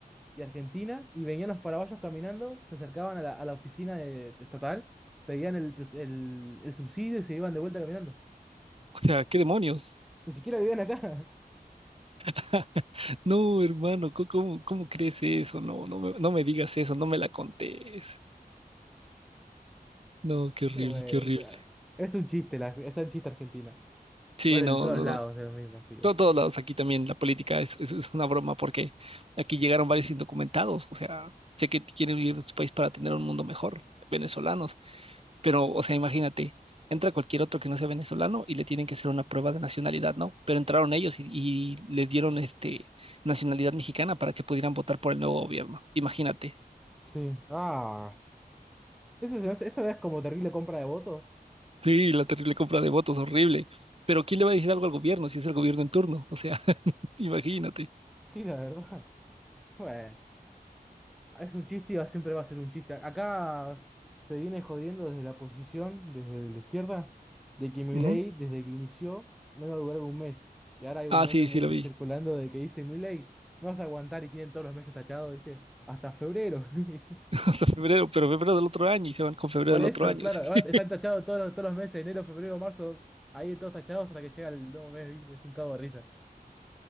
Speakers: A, in the centre; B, on the right.
A: y Argentina y venían los paraguayos caminando, se acercaban a la, a la oficina de- de estatal, pedían el, pres- el, el subsidio y se iban de vuelta caminando.
B: o sea, ¿qué demonios?
A: Ni siquiera vivían acá. <laughs>
B: <laughs> No, hermano, ¿cómo, cómo, cómo crees eso? No, no me, no me digas eso, no me la contés. No, qué horrible,
A: Pero bueno,
B: qué horrible.
A: o sea, es un chiste, la, es un chiste Argentina.
B: Sí,
A: Igual
B: no,
A: en todos
B: no,
A: lados
B: no.
A: es lo mismo, así que.
B: to- todos lados aquí también la política es, es, es una broma porque aquí llegaron varios indocumentados, o sea, sé que quieren vivir en su país para tener un mundo mejor, venezolanos, pero, o sea, imagínate, entra cualquier otro que no sea venezolano y le tienen que hacer una prueba de nacionalidad, ¿no? Pero entraron ellos y, y les dieron este, nacionalidad mexicana para que pudieran votar por el nuevo gobierno, imagínate.
A: Sí. Ah, sí. Eso, es eso es como terrible compra de votos.
B: Sí, la terrible compra de votos, horrible. Pero ¿quién le va a decir algo al gobierno si es el gobierno en turno? O sea, <laughs> imagínate.
A: Sí, la verdad. <laughs> Bueno. Es un chiste y va- siempre va a ser un chiste. Acá se viene jodiendo desde la posición, desde la izquierda, de que Milei,
B: Ujú.
A: desde que inició, no iba a durar un mes. Y ahora hay un
B: Ah,
A: meme
B: sí,
A: muy
B: sí lo vi.
A: circulando de que dice Milei, no vas a aguantar y tienen todos los meses tachados, ¿viste? Hasta febrero. <laughs>
B: hasta febrero, pero febrero del otro año y se van con febrero
A: Por
B: del
A: eso,
B: otro año,
A: claro,
B: sí.
A: va-
B: <laughs>
A: están tachados todos, los- todos los meses, enero, febrero, marzo, ahí todos tachados hasta que llega el nuevo mes, ¿viste? Es un cago de risa.